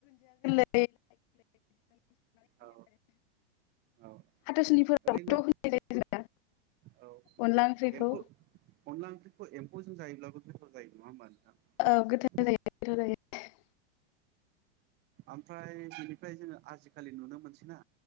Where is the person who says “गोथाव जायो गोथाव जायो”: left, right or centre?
Left